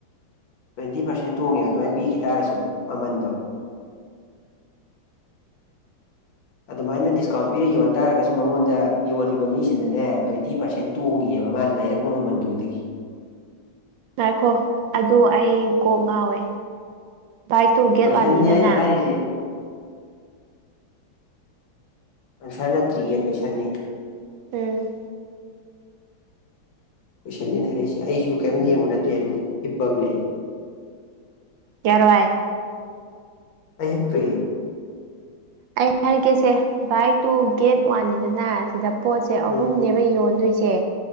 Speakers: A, on the left (about 75°); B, on the right (about 75°).
A: ꯇ꯭ꯋꯦꯟꯇꯤ ꯄꯥꯔꯁꯦꯟ ꯇꯣꯡꯉꯦꯕ ꯑꯗꯨꯃꯥꯏꯅ ꯄꯤꯈꯤ ꯇꯔꯁꯨ ꯃꯃꯟꯗꯣ
B: <inaudible>
A: ꯑꯗꯨꯃꯥꯏꯅ ꯗꯤꯁꯀꯥꯎꯟ ꯄꯤꯔ ꯌꯣꯟꯇꯥꯥꯔꯒꯁꯨ ꯃꯉꯣꯟꯗ ꯌꯣꯜꯂꯤꯕ ꯃꯤꯁꯤꯗꯅꯦ ꯇ꯭ꯋꯦꯟꯇꯤ ꯄꯥꯔꯁꯦꯟ ꯇꯣꯡꯉꯦꯕ ꯃꯥꯅ ꯂꯩꯔꯛꯄ ꯃꯃꯜꯗꯨꯗꯒꯤ
B: ꯉꯥꯏꯈꯣ ꯑꯗꯨ ꯑꯩ ꯀꯣꯛ ꯉꯥꯎꯋꯦ ꯕꯥꯏ ꯇꯨ ꯒꯦꯠ
A: ꯀꯣꯏꯁꯟꯅꯤ
B: ꯋꯥꯟꯅꯤꯗꯅꯦ
A: ꯑꯩꯅ ꯍꯥꯏꯔꯤꯁꯦ ꯄꯁꯥꯅꯠꯇ꯭ꯔꯤꯌꯦ ꯄꯩꯁꯥꯅꯤ
B: ꯎꯝ
A: ꯀꯣꯏꯁꯟꯅꯤꯅ ꯍꯥꯏꯔꯛꯏꯁꯦ ꯑꯩꯁꯨ ꯀꯩꯝ ꯌꯦꯡꯕ ꯅꯠꯇꯦ ꯑꯗꯨꯝ ꯍꯤꯞꯄꯝꯅꯦ ꯑꯩ
B: ꯌꯥꯔꯣꯏ
A: ꯑꯩ ꯍꯤꯞꯄꯦ
B: ꯑꯩ ꯍꯥꯏꯔꯛꯀꯦꯁꯦ ꯕꯥꯏ ꯇꯨ ꯒꯦꯠ ꯋꯥꯟꯅꯤꯗꯅ ꯁꯤꯗ ꯄꯣꯠꯁꯦ ꯑꯍꯨꯝ
A: ꯎꯝ
B: ꯅꯦꯕ ꯌꯣꯟꯗꯣꯏꯁꯦ